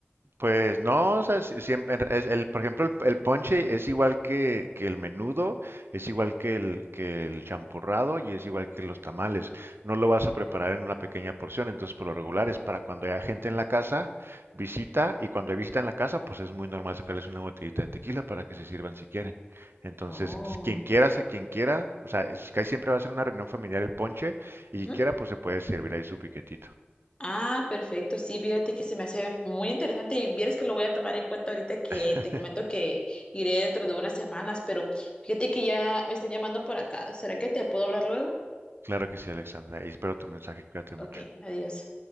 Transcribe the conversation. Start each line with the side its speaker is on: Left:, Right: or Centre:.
Right: Pues no, o sea, si- siempre es el, por ejemplo, el, el ponche es igual que, que el menudo, es igual que el, que el champurrado y es igual que los tamales. No lo vas a preparar en una pequeña porción, entonces por lo regular es para cuando haya gente en la casa, visita, y cuando hay visita en la casa, pues es muy normal sacarles una botellita de tequila para que se sirvan si quieren. Entonces,
Left: Oh.
Right: quien quiera, se- quien quiera, o sea, es- casi siempre va a ser una reunión familiar el ponche, y
Left: ujú.
Right: quien quiera, pues se puede servir ahí su piquetito.
Left: Ah, perfecto, sí, fíjate que se me hace muy interesante y vieres que lo voy a tomar en cuenta ahorita que
Right: <laughs>
Left: te comento que iré dentro de unas semanas, pero fíjate que ya me están llamando por acá. ¿Será que te puedo hablar luego?
Right: Claro que sí, Alexandra, y espero tu mensaje, cuídate
Left: Ok,
Right: mucho.
Left: adiós.